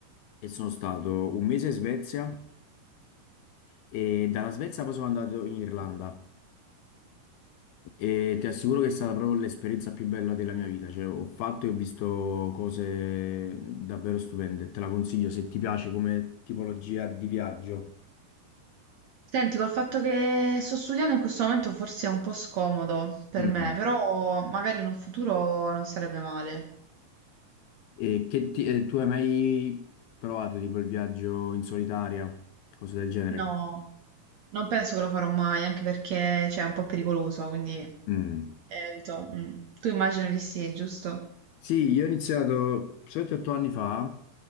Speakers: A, on the left; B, on the right.
A: e sono stato un mese in Svezia e dalla Svezia poi sono andato in Irlanda e ti assicuro che è stata proprio l'esperienza più bella della mia vita, cioè ho fatto e ho visto cose davvero stupende, te la consiglio se ti piace come tipologia di viaggio.
B: Senti, col fatto che sto studiando in questo momento forse è un po' scomodo per
A: Mm.
B: me, però magari in un futuro non sarebbe male.
A: E che ti- eh, tu hai mai provato tipo il viaggio in solitaria, cose del genere?
B: No, non penso che lo farò mai, anche perché cioè, è un po' pericoloso, quindi
A: Mm.
B: evito. mm. Tu immagino di sì, giusto?
A: Sì, io ho iniziato 7-8 anni fa